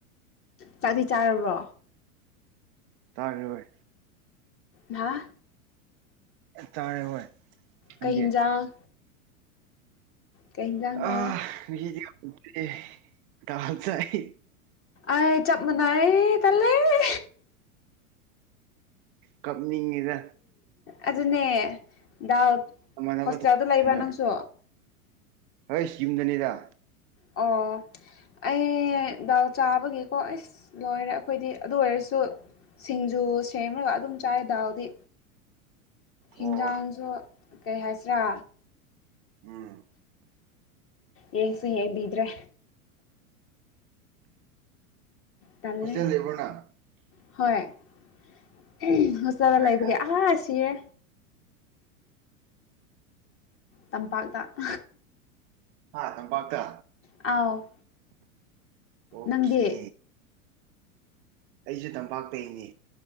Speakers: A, on the left; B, on the right.
A: ꯆꯥꯛꯗꯤ ꯆꯥꯔꯕꯣ
B: ꯆꯥꯔꯦ ꯍꯣꯢ
A: ꯍꯥ
B: <unintelligible> ꯆꯥꯔꯦ ꯍꯣꯏ ꯅꯪꯗꯤ
A: ꯀꯩ ꯍꯤꯟꯖꯥꯡ ꯀꯩ ꯍꯤꯟꯖꯥꯡꯅꯣ
B: ꯑꯥ ꯉꯁꯤꯗꯤ <inaudible> ꯗꯥꯜ ꯆꯥꯏ
A: ꯑꯥꯢ ꯆꯞ ꯃꯥꯏꯅꯩ ꯇꯜꯂꯦ <unintelligible>
B: ꯀꯞꯅꯤꯡꯉꯤꯗ
A: ꯑꯗꯨꯅꯦ ꯗꯥꯜ
B: ꯃꯥꯟꯅꯕ
A: ꯍꯣꯁꯇꯦꯜꯗ
B: ꯊꯣꯛꯗꯨꯅ
A: ꯂꯩꯕ꯭ꯔꯥ ꯅꯪꯁꯨ
B: ꯍꯩꯁ ꯌꯨꯝꯗꯅꯦꯗ
A: ꯑꯣ ꯑꯩ ꯗꯥꯜ ꯆꯥꯕꯒꯤꯀꯣ ꯑꯩꯁ ꯂꯣꯏꯔꯦ ꯑꯩꯈꯣꯏꯗꯤ ꯑꯗꯨ ꯑꯣꯏꯔꯁꯨ ꯁꯤꯡꯖꯨ ꯁꯦꯝꯔꯒ ꯑꯗꯨꯝ ꯆꯥꯏ ꯗꯥꯜꯗꯤ ꯍꯤꯟꯖꯥꯡꯁꯨ
B: ꯑꯣ
A: ꯀꯩ ꯍꯥꯏꯁꯤꯔꯥ
B: ꯎꯝ
A: ꯌꯦꯡꯁꯨ ꯌꯦꯡꯕꯤꯗ꯭ꯔꯦ ꯇꯜꯂꯦ
B: ꯍꯣꯁꯇꯦꯜ ꯂꯩꯕ꯭ꯔꯣ ꯅꯪ
A: ꯍꯣꯢ <unintelligible> ꯆꯥꯔ
B: ꯀꯥꯏꯗ
A: ꯂꯩꯕꯒꯤ ꯑꯥ ꯁꯤꯔꯦ ꯇꯝꯄꯥꯛꯇ <unintelligible>
B: ꯍꯥ ꯇꯝꯄꯥꯛꯇ
A: ꯑꯥꯎ
B: ꯑꯣꯈꯦ
A: ꯅꯪꯗꯤ
B: ꯑꯩꯁꯨ ꯇꯝꯄꯥꯛꯇꯩꯅꯤ